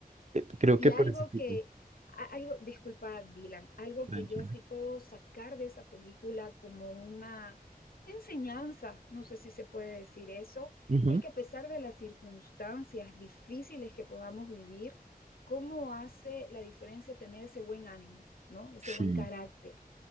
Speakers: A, on the right; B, on the left.
A: Eh, Creo
B: Y
A: que por
B: algo
A: ese tipo.
B: que, a- algo, disculpa, Dylan, algo
A: Tranquila.
B: que yo así puedo sacar de esa película como una enseñanza, no sé si se puede decir eso,
A: Ujú,
B: es que a pesar de las circunstancias difíciles que podamos vivir, ¿cómo hace la diferencia tener ese buen ánimo, ¿no? Ese
A: Sí.
B: buen carácter.